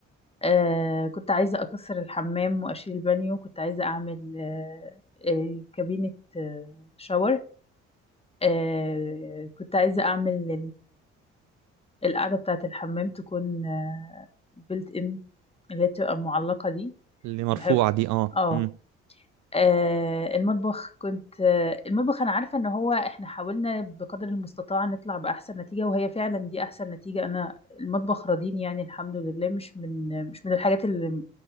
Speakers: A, on the left (about 15°); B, on the right (about 55°).
A: آه، كنت عايزة أكسر الحمام وأشيل البانيو كنت عايزة أعمل آه، آه، كابينة آه، شاور آه، كنت عايزة أعمل القاعدة بتاعة الحمام تكون بيلت ان اللي هي بتبقى معلقة دي
B: اللي مرفوعة
A: بحب
B: دي اه
A: اه
B: امم
A: آه، المطبخ كنت آه، المطبخ انا عارفة ان هو احنا حاولنا بقدر المستطاع نطلع بأحسن نتيجة وهي فعلا دي احسن نتيجة انا المطبخ راضيني يعني الحمد لله مش من مش من الحاجات اللي